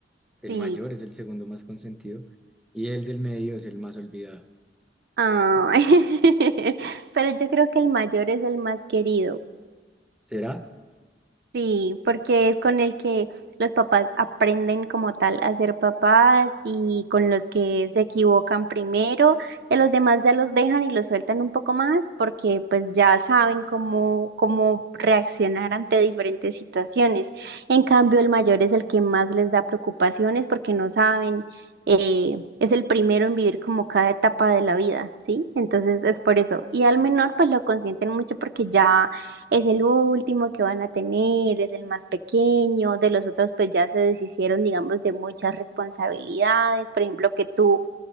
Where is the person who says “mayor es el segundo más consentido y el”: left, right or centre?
Centre